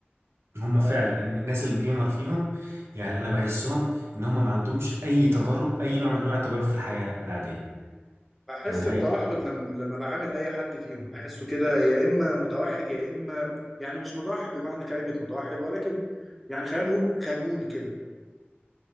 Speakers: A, on the right; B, in the centre.
A: هم
B: اه
A: فعلا الن- الناس الجيمر فيهم يعني انا بحسهم ان هم ما عندهمش اي تجارب اي نوع من انواع التجارب في الحياة العادية
B: بحس
A: يعني
B: بتوحد
A: هي
B: لما لما بعامل اي حد فيهم بحسه كده يا اما متوحد يا اما يعني مش متوحد بمعنى كلمة متوحد ولكن يعني خلينا نقول خجول كده